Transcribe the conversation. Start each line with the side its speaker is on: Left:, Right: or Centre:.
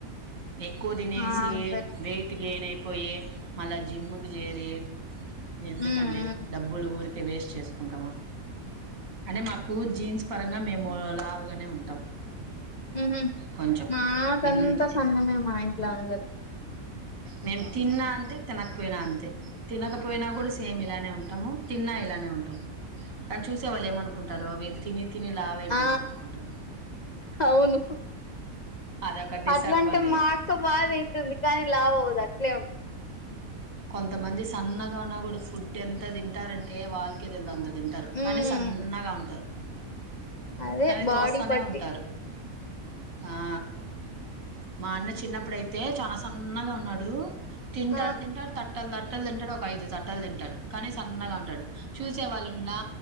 Right: ఎక్కువ తినేసి
Left: ఆ సరే
Right: వెయిట్ గెయిన్ యి పోయెస్ మళ్ళా జిమ్ కు చేరి ఎందుకండి
Left: హ్మ్ హ్మ్
Right: డబ్బులు ఊరిక్ ఉరికే వేస్ట్ చేసుకుంటామా అనే మాకు జీన్స్ పరంగా మేమ్ మేం లావుగానే ఉంటాం
Left: ఎంజేన్
Right: కొంచెం
Left: మాదంతా
Right: మ్మ్
Left: సన్నమే మా ఇంట్లో అందరు
Right: మేం తిన్నా అంతే తినకపోయినా అంతే తినకపోయినా కూడా సేమ్ ఇలానే ఉంటాము. తిన్నా ఇలానే ఉంటాము. కానీ చూసే వాళ్ళు ఏమనుకుంటారు వీళ్ళు తిని తిని లావ్ అయిపోయిన్నారనుకుంటారు
Left: ఆ అవును
Right: అదొక డిసడ్వాంటేజ్
Left: అట్లాంటే మా అక్క బా తింటుంది. కానీ లావ్ అవదు అట్లే ఉంటుంది
Right: కొంతమంది సన్నగా ఉన్నా కూడా ఫుడ్ ఎంత తింటారంటే వాళ్ళకే తెల్ద అంత తింటారు
Left: హ్మ్
Right: కానీ సన్నగా ఉంటారు
Left: అదే
Right: కానీ
Left: బాడీ
Right: తోస్తానే
Left: బట్టి
Right: ఉంన్ ఆ మా అన్న చిన్నప్పుడైతే చానా సన్నగా ఉన్నాడు తింటాడు
Left: ఆ
Right: తింటాడు తట్ ట్టల్ తట్టలు తింటాడు ఒక ఐదు సట్టలు తింటాడు కానీ సన్నగా ఉంటాడు. చూసే వాళ్ళున్నా